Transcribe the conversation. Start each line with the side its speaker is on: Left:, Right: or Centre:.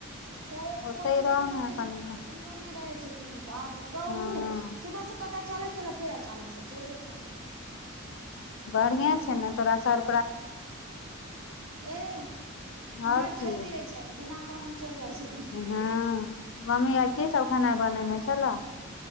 Right: तऽ ओ
Left: ओते
Right: कतो स
Left: रहमे
Right: कतो रह
Left: कनि
Right: जथिन ओ
Left: क
Right: फ्री किओ नइ रहै छथिन तऽ आब कहू
Left: हँ
Right: सुबह से कहतऽ चलब चलब फेर अचानक से चैइल जैता
Left: बढ़िए छै ने तोरा सर
Right: <inaudible> एह
Left: आओर
Right: हमरा
Left: की
Right: ठैक लै छएथ बिना कनेत चैल जाइ छथिन
Left: हँ मम्मी आय की सब खेनाइ बनेने छलाह